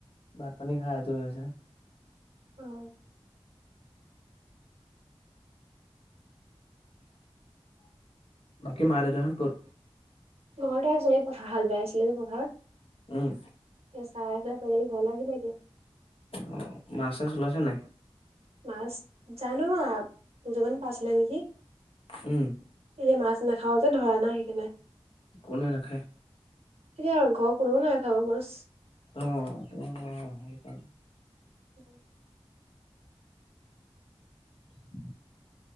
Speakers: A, on the left (about 65°); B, on the right (about 80°).
A: ভাত পানী খাই আজৰি হৈছে।
B: অ
A: বাকী মা দেউতাহ'ত ক'ত
B: ঘৰতে আছে এই পথাৰ হা'ল বাই আছিলে যে পথাৰত।
A: উম।
B: সেয়া চাই আছিলে তাৰপৰা ঘৰলে আহিলে এতিয়া।
A: অ' মাছ চাছ ওলাইছে নাই
B: মাছ জানো দুটামান পাইছিলে নেকি
A: উম।
B: আজি মাছ নাখাও যে ধৰা নাই সেইকাৰণে।
A: কোনে নাখায়
B: এতিয়া ঘৰৰ কোনো নাখাব মাছ।
A: অ অ সেইকাৰনে।
B: উম
A: <unintelligible>